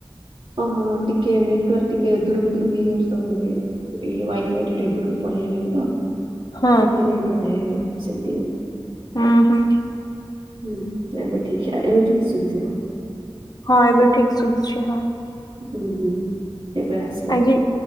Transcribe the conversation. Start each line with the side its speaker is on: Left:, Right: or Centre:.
Right: ଓହୋ ହ ଟିକେ ନେଟୱାର୍କ ଟିକେ ଦୂରକୁ ଦୂରକୁ ହେଇଯାଉଚି ତ ମାନେ ଏଇ ୱାଇଫାଇଟା ଟିକେ ଦୂରକୁ ପଳେଇ ଆଇଲିଣି ତ
Left: ହଁ
Right: ସେଥିପାଇଁ ବୋଧେ ହେ ସେମ୍ତି
Left: ହୁଁ ହୁଁ!
Right: ହୁଁ ଏବେ ଠିକ୍ସେ <unintelligible> ଏବେ ଠିକ୍ ସୁଭୁଥିବ।
Left: ହଁ ଏବେ ଠିକ୍ ଶୁଭୁଛି ହଁ।
Right: ହୁଁ ହୁଁ ହୁଁ ଏବେ ଆସ୍।
Left: ଆଜି